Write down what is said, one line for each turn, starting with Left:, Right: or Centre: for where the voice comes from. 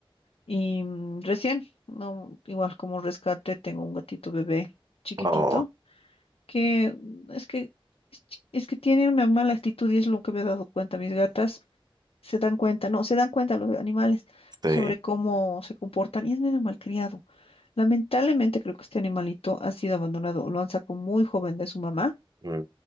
Left: Y mm, recién, no, igual como rescate, tengo un gatito bebé chiquitito
Right: oh,
Left: que mm, es que es chi- es que tiene una mala actitud y es lo que me he dado cuenta. Mis gatas se dan cuenta, no, se dan cuenta los animales
Right: sí.
Left: sobre cómo se comportan y es medio malcriado. Lamentablemente creo que este animalito ha sido abandonado, lo han sacado muy joven de su mamá
Right: mm.